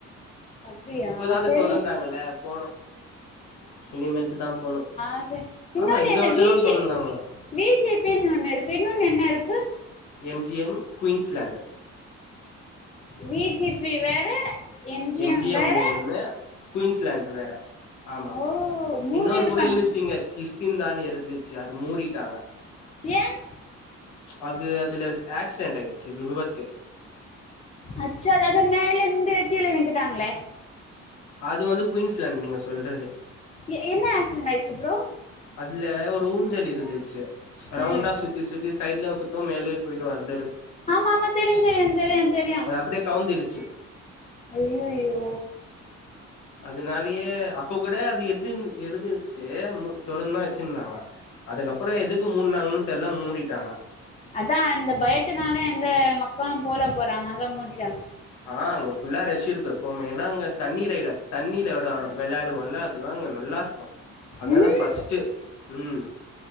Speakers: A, on the left; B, on the left.
A: அப்படியா
B: இப்போதாது
A: சரி
B: தொறந்தாங்கல போனு இனிமேல்ட்டு தா போனு
A: ஆஹ் சேர் இன்னொன்னு
B: ஆமா இந்த
A: என்ன
B: வருஷந்தா
A: விஜெ
B: தொறந்தாங்க
A: வி ஜே பி ன் ஒன்னு இருக்கு இன்னொன்னு என்ன இருக்கு
B: M G M Queensland
A: V G P வேற எம்ஜிஎம்
B: எம் ஜி
A: வேற
B: எம் ஒன்னு குயின்ஸ்லாண்ட் வேற ஆமா
A: ஓ மூணு
B: இன்னொரு
A: இருக்காங்க
B: கூட இருந்துச்சு இங்க கிறிஸ்டின் தான் இருந்து சி அது மூடிட்டாங்க
A: ஏன்
B: அது அதுல ஆக்சிடென்ட ஆயிடுச்சு விபபத்து
A: அச்சா அது மேலேல்ந்து கீழ விழுந்துட்டாங்களே
B: அது வந்து குயின்ஸ்லேண்ட் நீங்க சொல்றது
A: எ- என்ன ஆக்சிடென்ட் ஆயிடுச்சு ப்ரோ
B: அதுல ஒ ஊஞ்சல் இருந்துச்சு ரவுண்டா
A: ம்
B: சுத்தி சுத்தி சைட்லவு சுத் து மேலேயே போயிட்டு வந்து
A: ஆமா ஆமா தெரியு தெரியு தெரியு தெரியு
B: அது அப்படியே கவுந்துருச்சு
A: ஐயையோ
B: அதுனாலயே அப்பக் கூட அது எத்துன் எடுத் <unintelligible> ட்டு மு தொறந்து தா வச்சிர்ந்தாங்க அதுக்கப்பறொ எதுக்கு மூட்னாங்கனு தெர்ல மு மூடிட்டாங்க
A: அதா இந்த பயத்துனால எந்த மக் களு போலப் போறாங்க அனால மூடிட்டாங்க
B: ஆஅங்க ஃபுல்லா ரக்ஷ்ஷு இருக்கு எப்பவ்மே ஏன்னா அங்க தண்ணீ ரைடு தண்ணியில வெடாடு வெளாடுவோல்ல அதெல்லா அங்க நல்லா இருக்கு அங்கதா
A: ம்
B: ஃஸ்ட்டு ம்